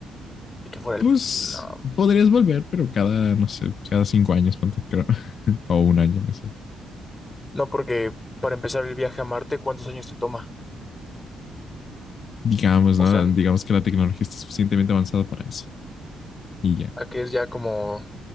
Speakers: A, on the left; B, on the left.
A: que fuera
B: Pues
A: el... No,
B: podrías volver, pero cada, no sé, cada cinco años, ponte, creo, <laughs> o un año, no sé.
A: no, porque para empezar el viaje a Marte, ¿cuántos años te toma?
B: Digamos,
A: O
B: ¿no?
A: sea,
B: Digamos que la tecnología está suficientemente avanzada para eso. Y ya,
A: ¿a qué es ya como,